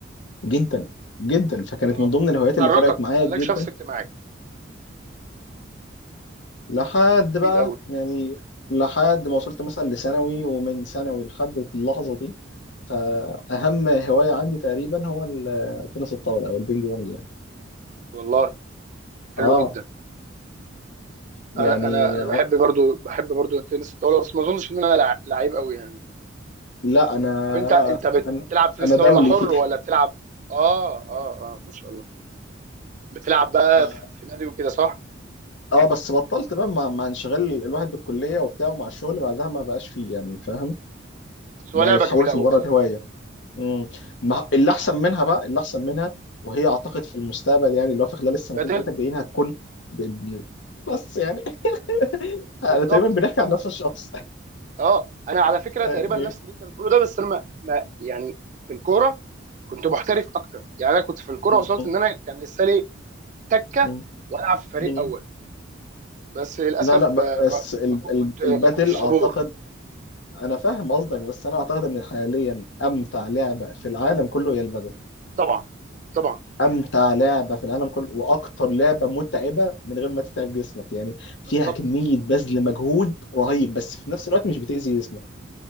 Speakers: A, on the left; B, on the right.
A: جدا جدا فكانت
B: اه
A: من ضمن الهوايات
B: حركك
A: اللي فرقت معايا
B: خلاك
A: جدا
B: شخص اجتماعي
A: لحد بقى
B: جميل قوي
A: يعني لحد ما وصلت مثلا لثانوي ومن ثانوي لحد اللحظة دي فأهم هواية عندي تقريبا هو ال- تنس الطاولة أو البينج بونج يعني
B: والله حلو
A: اه
B: جدا
A: يعني
B: انا انا انا
A: آه،
B: بحب برضو بحب برضو تنس الطاوله بس ما اظنش ان انا لع- لعيب قوي يعني
A: لا أنا
B: طب انت انت بت-
A: أنا
B: بتلعب تنس
A: أنا
B: طاوله
A: دولي
B: حر
A: فيه
B: ولا بتلعب اه اه اه ما شاء الله بتلعب بقى
A: <laughs> ف...
B: في في نادي وكده صح
A: اه بس بطلت بقى مع, مع انشغال الواحد بالكلية وبتاع ومع الشغل بعدها ما بقاش فيه يعني فاهم
B: بس
A: بقى
B: هو لعبه
A: اتحولت
B: جميله قوي
A: لمجرد
B: بصراحه
A: هواية مم. ما اللي احسن منها بقى اللي احسن منها وهي اعتقد في المستقبل يعني اللي هو في خلال السنتين
B: بدل
A: ثلاثه الجايين هتكون بإذن- بس يعني <laughs> انا
B: بالظبط
A: تقريبا بنحكي عن نفس الشخص
B: اه انا على فكره
A: <laughs> يعني
B: تقريبا نفس اللي انت بتقوله ده بس انا ما ما- يعني في الكوره كنت محترف اكتر يعني انا كنت في الكوره
A: مم.
B: وصلت ان انا كان لسه لي تكه
A: مم.
B: والعب في فريق
A: مم.
B: اول بس للاسف
A: لا لا
B: آه، ما
A: بس ال-
B: ما كو-
A: ال-
B: كنت
A: البدل
B: ما كنتش
A: اعتقد
B: صبور
A: انا فاهم قصدك بس انا اعتقد ان حاليا امتع لعبه في العالم كله هي البدل
B: طبعا طبعا
A: امتع لعبه في العالم كله واكتر لعبه متعبه من غير ما تتعب جسمك يعني
B: بالظبط
A: فيها كميه بذل مجهود رهيب بس في نفس الوقت مش بتاذي جسمك